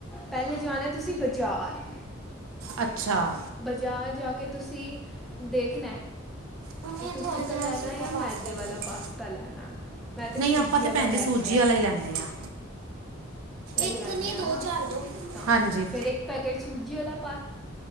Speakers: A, in the centre; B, on the right.
A: ਪਹਿਲੇ ਜਾਣਾ, ਤੁਸੀਂ ਬਜ਼ਾਰ।
B: ਅੱਛਾ‌।
A: ਬਜ਼ਾਰ ਜਾ ਕੇ, ਤੁਸੀਂ ਦੇਖਣਾ
B: ਮੰਮੀ
A: ਕਿ
B: ਇਹ
A: ਤੁਸੀਂ
B: ਥੋੜਾ ਜਿਹਾ
A: ਤਾਂ ਲੈਣਾ
B: ਸੁੱਕਾ
A: ਆ, ਮੈਦੇ
B: ਪਾਸਤਾ ਦੇਣਾ
A: ਵਾਲਾ ਪਾਸਤਾ ਲੈਣਾ। ਮੈਂ ਤੇ
B: ਨਹੀਂ
A: ਸੂਜ਼ੀ
B: ਆਪਾਂ
A: ਵਾਲਾ
B: ਭੈਣ
A: ਲੈ
B: ਜੀ ਸੂਜੀ
A: ਕੇ ਆਈ।
B: ਵਾਲਾ ਹੀ ਲੈਂਦੇ ਆ
A: ਲਈ
B: ਇੱਕ
A: ਲੈਣੇ
B: ਨਹੀਂ
A: ਆ
B: ਦੋ
A: ਨਾ,
B: ਝਾੜ ਦੋ
A: ਤਾਂ।
B: ਹਾਂਜੀ
A: ਫਿਰ ਇੱਕ ਪੈਕੇਟ ਸੂਜ਼ੀ ਵਾਲਾ ਪਾ-